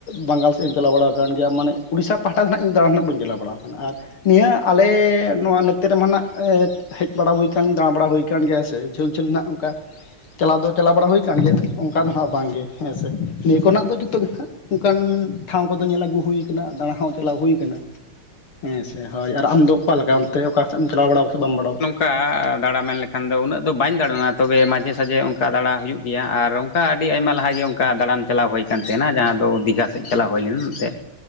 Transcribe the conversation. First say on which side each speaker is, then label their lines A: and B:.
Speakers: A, on the left; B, on the left.
A: ᱵᱟᱝᱜᱟᱞ ᱥᱮᱫ ᱤᱧ ᱪᱟᱞᱟᱣ ᱵᱟᱲᱟᱣ ᱟᱠᱟᱱ ᱜᱮᱭᱟ ᱢᱟᱱᱮ ᱩᱲᱤᱥᱥᱟ ᱯᱟᱦᱴᱟ ᱫᱚ ᱱᱟᱦᱟᱜ ᱤᱧ ᱫᱟᱬᱟᱱ ᱦᱟᱜ ᱵᱟᱹᱧ ᱪᱟᱞᱟᱣ ᱵᱟᱲᱟᱣ ᱟᱠᱟᱱᱟ ᱟᱨ ᱱᱤᱭᱟᱹ ᱟᱞᱮ ᱱᱚᱣᱟ ᱱᱚᱛᱮ ᱨᱮᱢᱟ ᱱᱟᱸᱜ ᱦᱮᱡ ᱵᱟᱲᱟ ᱦᱩᱭ ᱠᱟᱱ ᱫᱟᱬᱟᱵᱲᱟ ᱦᱩᱭ ᱠᱟᱱ ᱜᱮᱭᱟ ᱥᱮ ᱡᱷᱟᱹᱞ ᱡᱷᱟᱹᱞ ᱱᱟᱜ ᱚᱱᱠᱟ ᱪᱟᱞᱟᱣ ᱫᱚ ᱪᱟᱞᱟᱣ ᱵᱟᱲᱟ ᱦᱩᱭ ᱠᱟᱱ ᱜᱮᱭᱟ ᱚᱱᱠᱟ ᱫᱚ ᱦᱟᱜ ᱵᱟᱝᱜᱮ ᱦᱮᱸ ᱥᱮ ᱱᱤᱭᱟᱹ ᱠᱚᱨᱮᱱᱟᱜ ᱫᱚ ᱡᱩᱛᱚᱜᱮ ᱱᱟᱦᱟᱜ ᱚᱱᱠᱟᱱ ᱴᱷᱟᱸᱣ‌ ᱠᱚᱫᱚ ᱧᱮᱞ ᱟᱹᱜᱩ ᱦᱩᱭ ᱠᱟᱱᱟ ᱫᱟᱬᱟ ᱦᱚᱸ ᱪᱟᱞᱟᱣ ᱦᱩᱭ ᱠᱟᱱᱟ ᱦᱮᱸ ᱥᱮ ᱦᱳᱭ ᱟᱨ ᱟᱢᱫᱚ ᱚᱠᱟ ᱞᱮᱠᱟ ᱚᱱᱛᱮ ᱚᱠᱟ ᱥᱮᱫ ᱮᱢ ᱪᱟᱞᱟᱣ ᱵᱟᱲᱟᱣ ᱥᱮ ᱵᱟᱢ ᱵᱟᱲᱟᱣ ᱠᱟᱫᱟ
B: ᱱᱟ ᱠᱟ ᱟᱨ ᱫᱟᱬᱟ ᱢᱮᱱ ᱞᱮᱠᱷᱟᱱ ᱫᱚ ᱩᱱᱟᱹᱜ ᱫᱚ ᱵᱟᱹᱧ ᱫᱟᱬᱟᱱᱟ ᱛᱚᱵᱮ ᱢᱟᱡᱷᱮ ᱥᱟᱡᱷᱮ ᱚᱱᱠᱟ ᱫᱟᱬᱟ ᱦᱩᱭᱩᱜ ᱜᱮᱭᱟ ᱟᱨ ᱚᱱᱠᱟ ᱟᱹᱰᱤ ᱟᱭᱢᱟ ᱞᱟᱦᱟᱮ ᱚᱱᱠᱟ ᱫᱟᱬᱟᱱ ᱪᱟᱞᱟᱣ ᱦᱩᱭ ᱟᱠᱟᱱ ᱛᱟᱦᱮᱱᱟ ᱡᱟᱦᱟᱸ ᱫᱚ ᱫᱤᱜᱷᱟ ᱥᱮᱫ ᱪᱟᱞᱟᱣ ᱦᱩᱭ ᱞᱮᱱ ᱛᱮᱫ